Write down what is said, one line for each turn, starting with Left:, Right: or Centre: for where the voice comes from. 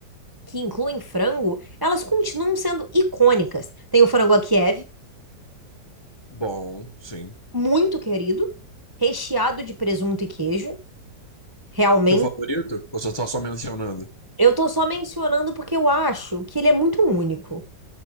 Right: Que incluem frango, elas continuam sendo icônicas. Tem o frango a Kiev,
Left: Bom, sim.
Right: muito querido, recheado de presunto e queijo. Realmente.
Left: Seu favorito? Ou você tá só mencionando?
Right: Eu tô só mencionando porque eu acho que ele é muito único.